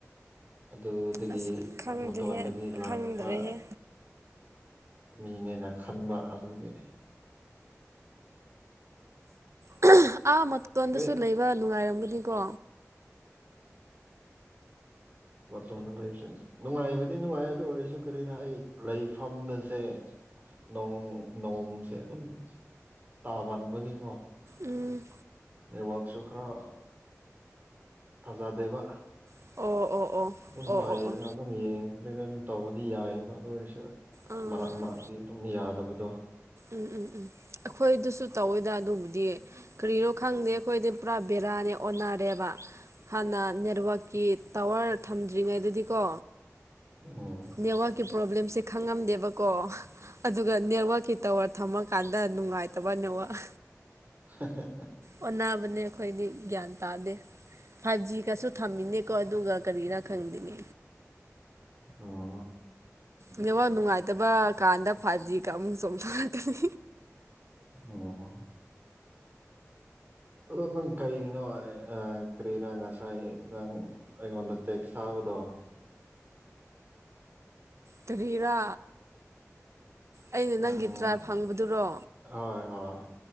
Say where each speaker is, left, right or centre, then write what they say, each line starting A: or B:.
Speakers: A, on the right (about 35°); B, on the right (about 60°).
A: ꯑꯗꯨꯗꯒꯤ
B: ꯑꯁ ꯈꯪꯗ꯭ꯔꯦꯍꯦ
A: ꯃꯇꯣꯟꯗꯒꯤ ꯂꯥꯛꯄ
B: ꯈꯪꯗ꯭ꯔꯦꯍꯦ
A: ꯃꯤꯅꯦꯅ ꯈꯟꯕ ꯑꯗꯨꯒꯤ
B: <unintelligible> ꯑꯥ ꯃꯇꯣꯟꯗꯁꯨ
A: ꯑꯦ
B: ꯂꯩꯕ ꯅꯨꯡꯉꯥꯏꯔꯝꯒꯅꯤꯀꯣ
A: ꯃꯇꯣꯟꯗ ꯂꯩꯕꯁꯦ ꯎꯝ ꯅꯨꯡꯉꯥꯏꯕꯗꯤ ꯅꯨꯡꯉꯥꯏꯌꯦ ꯑꯗꯨ ꯑꯣꯏꯔꯁꯨ ꯀꯔꯤꯔꯥ ꯑꯩ ꯂꯩꯐꯝꯅꯁꯦ ꯅꯣꯡ ꯅꯣꯡꯁꯦ ꯑꯗꯨꯝ ꯇꯥꯃꯟꯕꯒꯤꯀꯣ
B: ꯎꯝ
A: ꯅꯦꯠꯋꯥꯛꯁꯨ ꯈꯔ ꯐꯖꯗꯦꯕ
B: ꯑꯣ ꯑꯣ ꯑꯣ
A: ꯗꯨꯝ
B: ꯑꯣ
A: ꯄꯥꯏꯔꯒ
B: ꯑꯣ ꯑꯣ
A: ꯑꯗꯨꯝ ꯌꯦꯡꯈ꯭ꯔꯦꯗ ꯑꯗꯨꯝ ꯇꯧꯕꯗꯤ ꯌꯥꯏꯌꯦꯕ ꯑꯗꯨ ꯑꯣꯏꯔꯁꯨ
B: ꯑꯥ
A: ꯃꯔꯛ ꯃꯔꯛꯇꯤ ꯑꯗꯨꯝ ꯌꯥꯗꯕꯗꯣ
B: ꯎꯝ ꯎꯝ ꯎꯝ ꯑꯩꯈꯣꯏꯗꯁꯨ ꯇꯧꯋꯦꯗ ꯑꯗꯨꯕꯨꯗꯤ ꯀꯔꯤꯔꯣ ꯈꯪꯗꯦ ꯑꯩꯈꯣꯏꯗꯤ ꯄꯨꯔꯥ ꯕꯦꯔꯥꯅꯦ ꯑꯣꯟꯅꯔꯦꯕ ꯍꯥꯟꯅ ꯅꯦꯠꯋꯥꯛꯀꯤ ꯇꯥꯋꯔ ꯊꯝꯗ꯭ꯔꯤꯉꯩꯗꯗꯤꯀꯣ
A: ꯎꯝ
B: ꯅꯦꯠꯋꯥꯛꯀꯤ ꯄ꯭ꯔꯣꯕ꯭ꯂꯦꯝꯁꯦ ꯈꯪꯉꯝꯗꯦꯕꯀꯣ ꯑꯗꯨꯒ ꯅꯦꯠꯋꯥꯛꯀꯤ ꯇꯋꯥꯔ ꯊꯝꯃꯀꯥꯟꯗ ꯅꯨꯡꯉꯥꯏꯇꯕ ꯅꯦꯠꯋꯥꯛ
A: <unintelligible>
B: ꯑꯣꯟꯅꯕꯅꯦ ꯑꯈꯣꯏꯗꯤ ꯒ꯭ꯌꯥꯟ ꯇꯥꯗꯦ ꯐꯥꯏꯚ ꯖꯤꯒꯁꯨ ꯊꯝꯃꯤꯅꯦꯀꯣ ꯑꯗꯨꯒ ꯀꯔꯤꯔꯥ ꯈꯪꯗꯦꯅꯦ
A: ꯎꯝ
B: ꯅꯦꯠꯋꯥꯛ ꯅꯨꯡꯉꯥꯏꯇꯕ ꯀꯥꯟꯗ ꯐꯥꯏꯚ ꯖꯤꯒ ꯑꯃꯨꯛ ꯆꯣꯡꯊꯣꯔꯛꯀꯅꯤ
A: ꯑꯣ ꯑꯗꯣ ꯅꯪ ꯀꯩꯒꯤꯅꯣ ꯑ ꯑ ꯀꯔꯤꯔꯥ ꯉꯁꯥꯏ ꯅꯪ ꯑꯩꯉꯣꯟꯗ ꯇꯦꯛꯁ ꯊꯥꯕꯗꯣ
B: ꯀꯔꯤꯔꯥ ꯑꯩꯅ
A: ꯎꯝ
B: ꯅꯪꯒꯤ ꯇ꯭ꯔꯥꯞ ꯍꯪꯕꯗꯨꯔꯣ꯫
A: ꯍꯣꯏ ꯍꯣꯏ